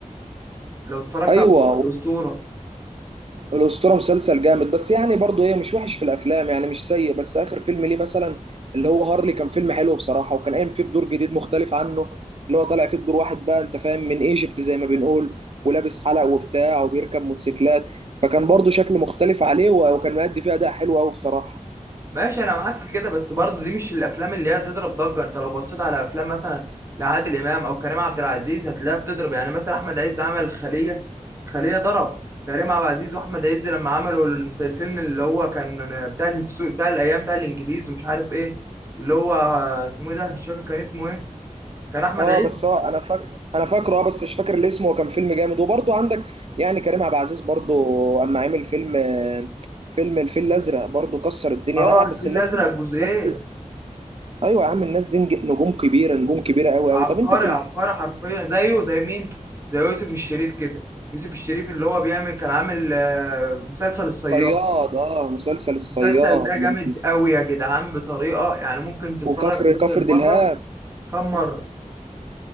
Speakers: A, on the right; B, on the right.
A: لو اتفرجت
B: أيوه
A: على الاسطوره
B: الأسطورة مسلسل جامد بس يعني برضه ايه مش وحش في الأفلام يعني مش سيء بس آخر فيلم ليه مثلا اللي هو هارلي كان فيلم حلو بصراحة وكان قايم فيه بدور جديد مختلف عنه اللي هو طالع فيه بدور واحد بقى أنت فاهم من ايجيبت زي ما بنقول ولابس حلق وبتاع وبيركب موتوسيكلات فكان برضه شكل مختلف عليه و- وكان مأدي فيه أداء حلو أوي بصراحة
A: ماشي انا معاك في كده بس برضه دي مش الافلام اللي هي تضرب ضجه انت لو بصيت على افلام مثلا لعادل امام او كريم عبد العزيز هتلاقيها بتضرب يعني مثلا احمد عز عمل خليه خليه ضرب كريم عبد العزيز واحمد عز لما عملوا المس- الفيلم اللي هو كان بتاع الهكسو بتاع الايام بتاع الانجليز ومش عارف ايه اللي هو اسمه إيه ده مش فاكر كان اسمه ايه كان احمد
B: اه
A: عز
B: بس هو انا فاكر انا فاكره اه بس مش فاكر اللي اسمه وكان فيلم جامد وبرضه عندك يعني كريم عبد العزيز برضه اما عمل فيلم آه، فيلم الفيل الازرق برضه كسر الدنيا
A: اه
B: لا يعني
A: الفيل
B: بس الناس
A: الازرق
B: دي
A: الجزئين
B: الناس ايوه يا عم الناس دي نج- نجوم كبيره نجوم كبيره قوي
A: عبقري
B: قوي طب انت في
A: عبقري حرفيا زيه زي مين زي يوسف الشريف كده يوسف الشريف اللي هو بيعمل كان عامل آه، مسلسل الصياد
B: الصياد اه مسلسل الصياد
A: المسلسل ده جامد
B: من
A: قوي يا جدعان بطريقه يعني ممكن تتفرج
B: وكفر
A: عليه
B: كفر
A: بدل
B: دلهاب
A: مره كم مره